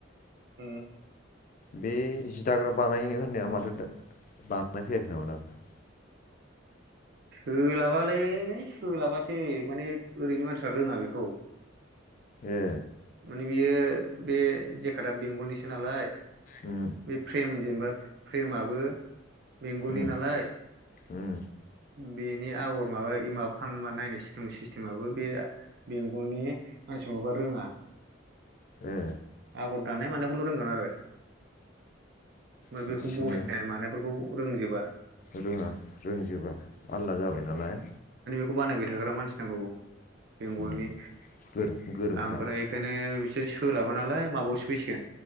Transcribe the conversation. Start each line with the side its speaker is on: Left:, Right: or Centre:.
Right: हम
Left: बे जि दाग्रा बानायनो होननाया माथो बानाय फैयाखै नामा दबो?
Right: सोलाबालै सोलाबासै माने ओरैनो मानसिफोरा रोङा बेखौ
Left: ए
Right: मानि बियो बे जेकाटआ बेंगलनिसो नालाय
Left: उम
Right: बे फ्रेम जेनेबा फ्रेमाबो बेंगलनि
Left: उम
Right: नालाय
Left: उम
Right: बेनि आगर माबा माबा खालामा नायनाय सिटेम सिस्टेमाबबो बे बेंगलनि मानसिफोर माबा रोङा
Left: ए
Right: आगर दानाय मानायखौल' रोंगोन आरो ओमफ्राय
Left: बिदिसोनो
Right: बेखौ बसायनाय मानायफोरखौ खौ रोंजोबा
Left: रोङा रोंजोबा आलदा जाबाय नालाय
Right: खौ बानायबाय थाग्रा मानसि नांगौ बेंगलनि
Left: उम गोरों गोरोंखा
Right: ओमफ्राय बेखायनो बिसोर सोलाबोना लाय माबायावसो फैसिगोन